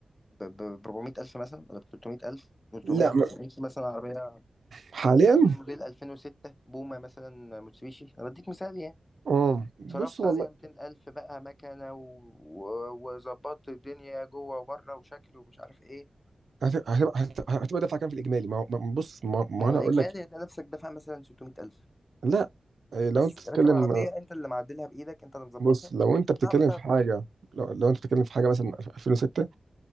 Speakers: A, on the left; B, on the right.
A: ب ب 400 الف مثلا ولا ب 300 الف 300
B: لا
A: 500
B: م-
A: مثلا عربيه
B: حاليا
A: تكون موديل 2006 بومه مثلا موتسوبيشي انا بديك مثال يعني.
B: اه بص
A: صرفت
B: والله
A: عليها 200000 بقى مكنة و- و- وظبطت الدنيا جوه وبره وشكل ومش عارف ايه
B: هتبقى هتبقى هت- هتبقى دفعه كام في الاجمالي ما هو- ما- بص ما, ما
A: ما هو
B: انا
A: الإجمالي
B: اقول لك
A: هتلاقي نفسك دافع مثلا 600000
B: لا إيه، لو
A: بس
B: انت بتتكلم
A: راكب عربية أنت اللي معدلها بإيدك أنت اللي مظبطها
B: بص لو انت بتتكلم
A: صعب تعطل
B: في حاجه لو, لو انت بتتكلم في حاجه مثلا 2006